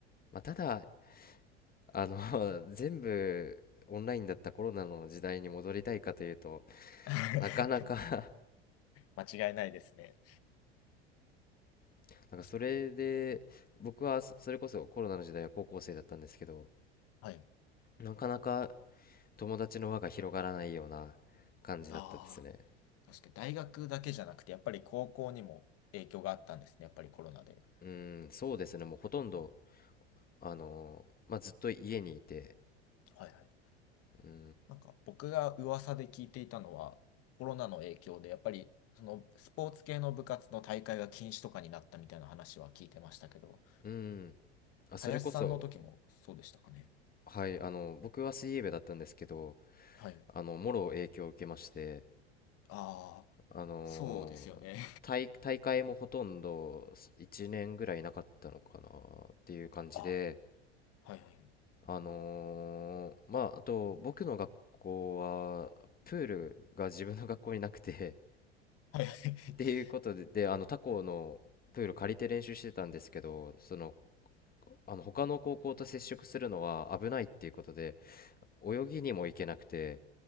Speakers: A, on the left; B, on the left.
A: まあ、ただあの <laughs> 全部オンラインだったコロナの時代に戻りたいかというと
B: <laughs>
A: なかなか
B: 間違いないですね。
A: <laughs> なんかそれで僕はそそれこそコロナの時代は高校生だったんですけど
B: 確かに。はい。
A: なかなか友達の輪が広がらないような感じだったですね
B: ああ。確かに大学だけじゃなくて、やっぱり高校にも影響があったんですね、やっぱりコロナで。
A: うんそうですねもうほとんどあのまあ、ずっと家にいて、
B: はいはい。
A: うーん、
B: なんか僕が噂で聞いていたのは、コロナの影響で、やっぱりそのスポーツ系の部活の大会が禁止とかになったみたいな話は聞いてましたけど、
A: うーん、あ、それこそ、
B: 林さんの時もそうでしたかね。
A: はい、あの、僕は水泳部だったんですけど、
B: はい。
A: あの、もろ影響を受けまして、
B: ああ、
A: あの大、
B: そうですよね。
A: 大会もほとんど1年ぐらいなかったのかなっていう感じで、
B: <laughs> あ、はいはい。
A: あのまあ、あと、僕の学校は、プールが自分の学校になくて
B: はいはい。
A: っていうことで、
B: <laughs>
A: で、あの、他校のプール借りて練習してたんですけど、その、あの他の高校と接触するのは危ないっていうことで泳ぎにも行けなくて、